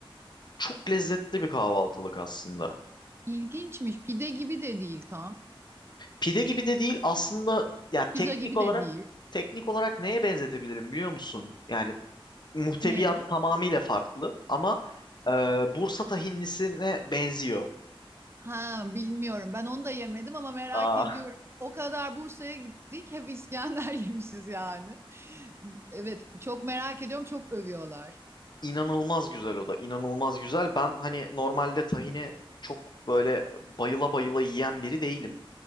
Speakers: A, on the left; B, on the right.
A: Çok lezzetli bir kahvaltılık aslında.
B: İlginçmiş. Pide gibi de değil tam.
A: Pide gibi de değil aslında ya teknik
B: Pizza gibi
A: olarak
B: de değil.
A: teknik olarak neye benzetebilirim biliyor musun? Yani muhteviyatı
B: Neye?
A: tamamıyla farklı ama e, Bursa tahinlisine benziyor.
B: Ha bilmiyorum. Ben onu da yemedim ama merak
A: Aa,
B: ediyorum. O kadar Bursa'ya gittik. Hep İskender <laughs> yemişiz yani. Evet çok merak ediyorum. Çok övüyorlar.
A: inanılmaz güzel o da inanılmaz güzel. Ben hani normalde tahini çok böyle bayıla bayıla yiyen biri değilim.